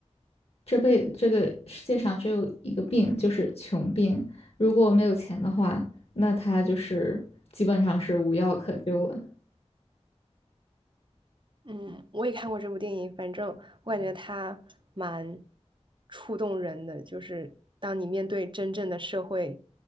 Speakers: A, on the left; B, on the right.
A: 这辈这个世界上只有一个病，就是穷病。如果没有钱的话，那他就是基本上是无药可救了。
B: 嗯，我也看过这部电影，反正我感觉它蛮触动人的，就是当你面对真正的社会